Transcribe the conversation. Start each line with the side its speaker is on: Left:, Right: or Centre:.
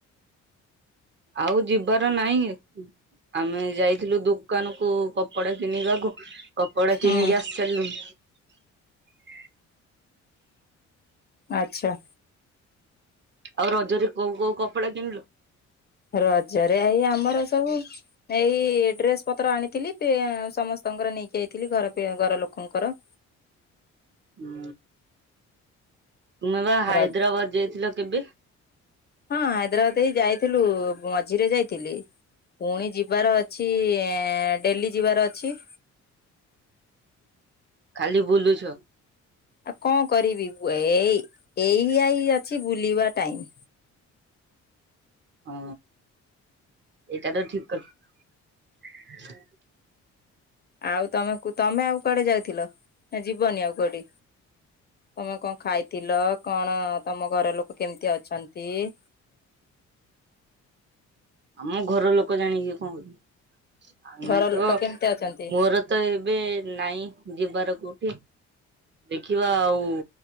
Right: ଆଉ ଯିବାର ନାଇଁ ଏ। ଆମେ ଯାଇଥିଲୁ ଦୁକାନ କୁ କପଡା କିଣିବାକୁ। କପଡା
Left: ହୁଁ
Right: କିଣିକି ଆସି ସାରିଲୁଣୁ।
Left: ଆଚ୍ଛା।
Right: ଆଉ ରଜରେ କୋଉ କୋଉ କପଡା କିଣିଲ।
Left: ରଜରେ ଏଇ ଆମର ସବୁ ଏଇ ଡ୍ରେସ ପତ୍ର ଆଣିଥିଲି ପେ ସମସ୍ତଙ୍କର ନେଇକି ଯାଇଥିଲି ଘର ପେ ଘର ଲୋକଙ୍କର <inaudible>
Right: ହଁ ତମେବା ହାଇଦ୍ରାବାଦ
Left: ରଜ
Right: ଯାଇଥିଲ କେବେ?
Left: ହଁ ହାଇଦ୍ରାବାଦ ହେଇ ଯାଇଥିଲୁ ମଝିରେ ଯାଇଥିଲି। ପୁଣି ଯିବାର ଅଛି ଏ ଡେଲି ଯିବାର ଅଛି।
Right: ଖାଲି ବୁଲୁଛ।
Left: ଆଉ କଣ କରିବି ଏଇ ଏଇନିଆ ଅଛି ବୁଲିବା ଟାଇମ।
Right: ହଁ ଏଇଟା ତ ଠିକ କଥା।
Left: ଆଉ ତମେ ତମେ ଆଉ କୁଆଡେ ଯାଇଥିଲ ନା ଯିବନି ଆଉ କୋଉଠି? ତମେ କଣ ଖାଇଥିଲ କଣ ତମ ଘର ଲୋକ କେମିତି ଅଛନ୍ତି। <inaudible>
Right: ଆମ ଘର ଲୋକ ଜାଣିକି କଣ କରିବ। ଆମେ
Left: ଘର
Right: ତ
Left: ଲୋକ କେମିତି ଅଛନ୍ତି?
Right: ମୋର ତ ଏବେ ନାଇଁ ଯିବାର କୋଉଠି। ଦେଖିବା ଆଉ